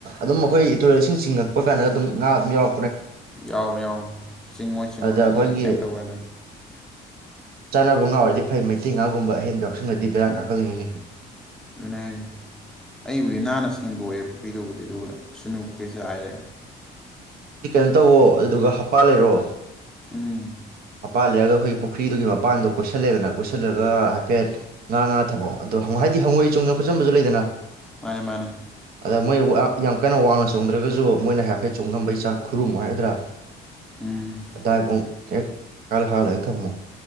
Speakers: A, on the right; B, in the centre.
A: ꯑꯗꯨꯝ ꯑꯩꯈꯣꯏꯇꯨꯔꯦꯜꯁꯤꯡ ꯆꯤꯡꯉꯛꯄ ꯀꯥꯟꯗ ꯑꯗꯨꯝ ꯉꯥ ꯑꯗꯨ ꯌꯥꯎ
B: ꯌꯥꯎꯔ ꯌꯥꯎꯔꯅꯤ ꯆꯤꯡꯉꯣꯏ ꯆꯤꯡꯉꯣꯏ
A: ꯑꯗꯨꯗ ꯑꯩꯈꯣꯏꯒꯤ
B: ꯑꯗꯨꯗꯤ ꯀꯩꯝ ꯇꯧꯋꯦ ꯑꯗꯨꯗꯤ
A: ꯆꯥꯅꯕ ꯉꯥ ꯑꯣꯏꯔꯗꯤ ꯐꯩ ꯃꯩꯇꯩ ꯉꯥꯒꯨꯝꯕ ꯑꯍꯦꯟꯕ ꯌꯥꯎꯁꯜꯂꯗꯤ ꯕꯦꯔꯥꯛ ꯉꯥꯛꯀꯜꯂꯤꯉꯤꯅꯤ
B: ꯑꯗꯨꯅ ꯍꯥꯏꯁꯦ ꯑꯩꯕꯨꯗꯤ ꯅꯥꯟꯅ ꯁꯦꯡꯗꯣꯛꯑꯦ ꯄꯨꯈ꯭ꯔꯤꯗꯨꯕꯨꯗꯤ ꯑꯗꯨꯒ ꯁꯨꯅꯨ ꯀꯩꯀꯩꯁꯨ ꯍꯥꯏꯔꯦ
A: ꯑꯗꯨꯗꯤ ꯀꯩꯅꯣ ꯇꯧꯋꯣ ꯑꯗꯨꯗꯨꯒ ꯍꯞꯄꯥ ꯂꯩꯔꯣ
B: ꯎꯝ
A: ꯄꯥ ꯂꯩꯔꯒ ꯑꯩꯈꯣꯏ ꯄꯨꯈ꯭ꯔꯤꯗꯨꯒꯤ ꯃꯄꯥꯟꯗꯨꯣ ꯀꯣꯏꯁꯜꯂꯦꯗꯅ ꯀꯣꯏꯁꯤꯜꯂꯒ ꯍꯥꯏꯐꯦꯠ ꯉꯥ ꯉꯥ ꯊꯕꯛꯑꯣ ꯑꯗꯣ ꯍꯥꯏꯗꯤ ꯍꯉꯣꯏ ꯆꯣꯡꯅ ꯈꯨꯣꯠꯆꯟꯕꯁꯨ ꯂꯩꯗꯅ
B: ꯃꯥꯅꯦ ꯃꯥꯅꯦ
A: ꯑ ꯃꯣꯏ ꯌꯥꯝ ꯀꯟꯅ ꯋꯥꯡꯅ ꯆꯣꯡꯗ꯭ꯔꯒꯁꯨ ꯃꯣꯏꯅ ꯍꯥꯏꯐꯦꯠ ꯆꯣꯡꯉꯝꯕꯩ ꯆꯥꯡ ꯈꯨꯔꯨꯝꯉꯨ ꯍꯥꯏꯒꯗ꯭ꯔꯥ
B: ꯎꯝ
A: ꯑꯗ <inaudible> <unintelligible> ꯍ <unintelligible> ꯀꯜ ꯍꯜ ꯑꯦ ꯊꯃꯣ